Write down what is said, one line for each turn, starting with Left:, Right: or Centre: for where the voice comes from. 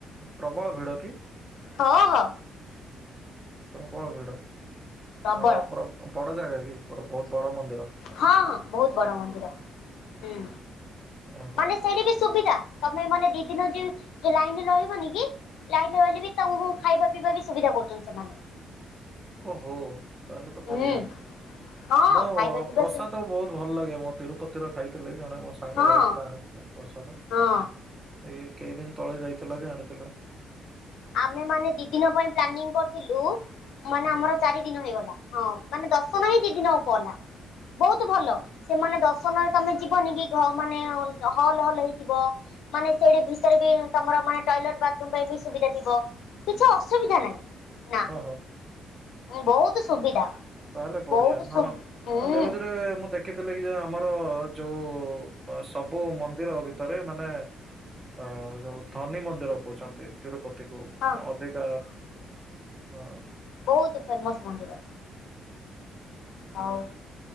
Right: ପ୍ରବଳ ଭିଡ କି?
Left: ହଁ ହଁ
Right: ପ୍ରବଳ ଭିଡ।
Left: ପ୍ରବଳ
Right: ହଁ ପୁରା ବଡ ଜାଗା କି? ଗୋଟେ ବହୁତ୍ ବଡ ମନ୍ଦିର।
Left: ହଁ ହଁ ବହୁତ ବଡ ମନ୍ଦିର। ହୁଁ,
Right: ଓହୋ
Left: ମାନେ ସେଇଠି ବି ସୁବିଧା। ତମେ ମାନେ ଦି ଦିନ ଯାଏ ଯୋଉ ଲାଇନରେ ରହିବନି କି ଲାଇନ ରେ ରହିଲେ ବି ତମକୁ ଖାଇବା ପିଇବା ବି ସୁବିଧା କରୁଚନ୍ତି ସେମାନେ।
Right: ଓହୋ, ତାହେଲେ ତ
Left: ହୁଁ
Right: ବଢିଆ।
Left: ହଁ
Right: ମୁଁ
Left: ଖାଇବା ପିଇବା
Right: ପ୍ରସାଦ
Left: ସୁ
Right: ବହୁତ୍ ଭଲ ଲାଗେ। ମୁଁ ତିରୁପତିର ଖାଇଥିଲି ଜଣେ ମୋ ସାଙ୍ଗ
Left: ହଁ
Right: ଯାଇଥିଲା ଆଣି ପ୍ରସାଦ,
Left: ହଁ
Right: ଏଇ କେଇ ଦିନ୍ ତଳେ ଯାଇଥିଲା ଯେ ଆଣିଥିଲା।
Left: ଆମେ ମାନେ ଦି ଦିନ ପାଇଁ ପ୍ଲାନିଂ କରିଥିଲୁ। ମାନେ
Right: ହୁଁ
Left: ଆମର ଚାରି ଦିନ ହେଇଗଲା। ହଁ ମାନେ ଦଶ <unintelligible> ବହୁତ ଭଲ। ସେମାନେ ଦର୍ଶନରେ ତମେ ଯିବନି କି? ଘ ମାନେ ହଲ୍ ହଲ୍ ହେଇଥିବ। ମାନେ ସେଇଠି ଭିତରେ ବି ତମର ମାନେ ଟଏଲେଟ୍ ବାଥରୁମ୍ ପାଇଁ ବି ସୁବିଧା ଥିବ। କିଛି ଅସୁବିଧା ନାହିଁ। ନା।
Right: ହଁ ହଁ
Left: ବହୁତୁ ସୁବିଧା।
Right: ତାହେଲେ ବଢିଆ।
Left: ବହୁତ
Right: ହଁ,
Left: ସୁ ହୁଁ
Right: ନ୍ୟୁଜରେ ମୁଁ ଦେ ଦେଖିଥିଲି କି ଯେ ଆମର ଯୋଉ ସବୁ ମନ୍ଦିର ଭିତରେ ମାନେ ଅ ଯୋଉ ଧନୀ ମନ୍ଦିର କହୁଚନ୍ତି। ତିରୁପତିକୁ।
Left: ହଁ
Right: ଅଧିକା ହଁ।
Left: ବହୁତୁ ଫେମସ୍ ମନ୍ଦିର। ହଉ,